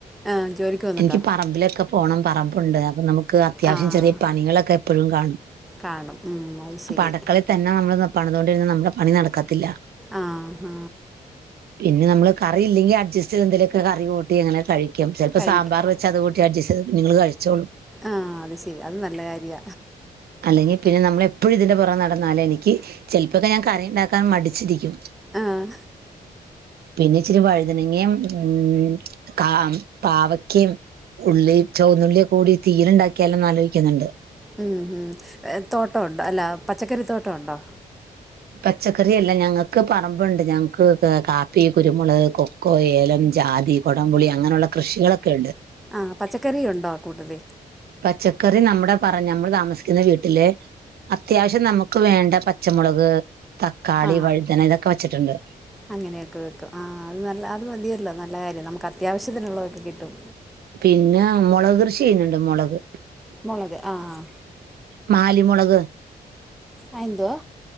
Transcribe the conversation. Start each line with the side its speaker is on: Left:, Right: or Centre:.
Centre: ആഹ് ജോലിക്ക് പോന്നുണ്ടോ
Right: എനിക്ക് പറമ്പിലൊക്കെ പോണം പറമ്പ് ഉണ്ട് അ നമുക്ക് അത്യാവശ്യം
Centre: ആഹ്
Right: ചെറിയ പനികളൊക്കെ എപ്പോഴും കാണും
Centre: കാണും ഉം അത് ശരി
Right: അപ്പൊ അടക്കളിൽ തന്നെ നമ്മൾ പണതുകൊണ്ടിരുന്ന് നമ്മുടെ പണി നടക്കത്തില്ല
Centre: ആ ഹാ
Right: പിന്നെ നമ്മൾ കറില്ലെങ്കി അഡ്ജസ്റ്റ് ചെയ്തന്തെലുമൊക്കെ കറി കൂട്ടി അങ്ങനെ കഴി <unintelligible> ചിലപ്പ
Centre: കഴിക്കും
Right: സാമ്പാർ വച്ചതുകൂട്ടി അഡ്ജസ്റ്റുചെയ്ത് നിങ്ങൾ കഴിച്ചോളൂ
Centre: ആഹ അത് ശരി അത് നല്ല കാര്യ
Right: അല്ലെങ്കിൽ പിന്നെ നമ്മളെപ്പോഴും ഇതിൻ്റെ പുറം നടന്നാലും എനിക്ക് ചിലപ്പമൊക്കെ ഞാൻ കറി ഉണ്ടാക്കാൻ മടിച്ചിരിക്കും
Centre: ആഹ്
Right: പിന്നെ ഇച്ചിരി വഴുതനങ്ങ ഉം കാ പാവക്കും ഉള്ളീം ചോന്നുള്ളിയൊക്ക കൂടി തീയലുണ്ടാക്കിയാലോ ആലോചിക്കുന്നുണ്ട്
Centre: ഉം തോട്ടോ ണ്ടോ അല്ല പച്ചക്കറി തോട്ടോണ്ടോ
Right: പച്ചക്കറിയല്ല ഞങ്ങക്ക് പറമ്പ്ണ്ട് ഞങ്ങൾക്ക് കാപ്പി, കുരുമുളക്, കൊക്കോ, ഏലം, ജാതി, കൊടംപുളി അങ്ങനെള്ള കൃഷികളൊക്കെ ണ്ട്
Centre: ആ പച്ചക്കറി ഉണ്ടോ കൂട്ടത്തി
Right: പച്ചക്കറി നമ്മുടെ പറ നമ്മൾ താമസിക്കുന്ന വീട്ടില് അത്യാവശ്യം നമുക്ക് വേണ്ട പച്ചമുളക് തക്കാളി
Centre: ആ
Right: വഴുതന ഇതൊക്കെ വെച്ചിട്ടുണ്ട്
Centre: അങ്ങനെയൊക്കെ വെക്കും ആ അത് നല്ല അത് മതിയല്ലോ നല്ല കാര നമുക്ക് അത്യാവശ്യത്തിനുള്ളതൊക്കെ കിട്ടും
Right: പിന്നെ മൊളക് കൃഷി ചെയ്യ്ന്ന്ണ്ട് മൊളക്
Centre: മുളക് ആഹ്
Right: മാലിമുളക്
Centre: അയെന്തുവാ?